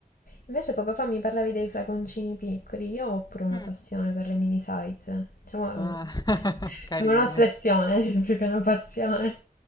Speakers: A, on the left; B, on the left.
A: Invece poco fa mi parlavi dei flaconcini piccoli, io ho pure una
B: Mm.
A: passione per le mini size, diciamo
B: Ah,
A: eh,
B: <laughs> carine.
A: è un'ossessione <laughs> più che una passione.